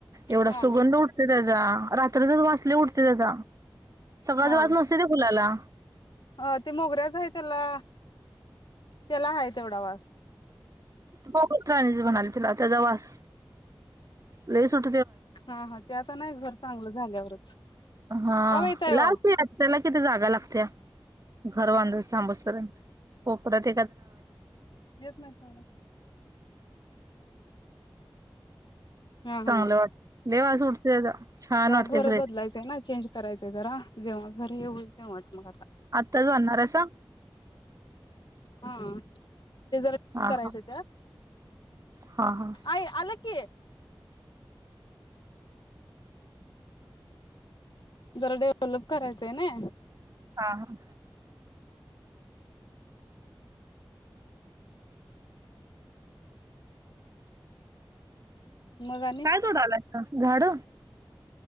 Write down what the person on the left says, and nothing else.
हा
हा
अ ते मोगऱ्याच आहे त्याला त्याला ह तेवढा वास
हा हा ते आता नाही घर चांगलं झाल्यावरच
अव येत आहे
हो
येत नाही का हा
हा
जरा
घर
बदलायचंय ना चेंज करायचं जरा जेव्हा घर ये होईल तेव्हाच मग आ
हा ते जरा करायचं
त्या
आई आलं की जरा डेव्हलप करायचंय ना
मग आणि